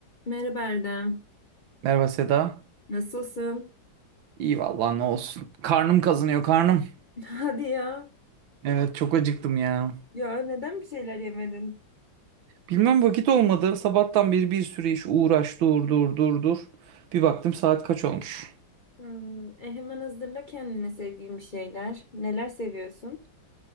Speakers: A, on the left (about 45°); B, on the right (about 85°).
A: Merhaba Erdem.
B: Merhaba Seda.
A: Nasılsın?
B: İyi vallahi ne olsun. Karnım kazınıyor karnım.
A: <laughs> Hadi ya.
B: Evet çok acıktım ya.
A: Ya neden bir şeyler yemedin?
B: Bilmem vakit olmadı. Sabahtan beri bir sürü iş uğraş dur dur dur dur. Bir baktım saat kaç olmuş.
A: Hmm, e hemen hazırla kendine sevdiğin bir şeyler. Neler seviyorsun?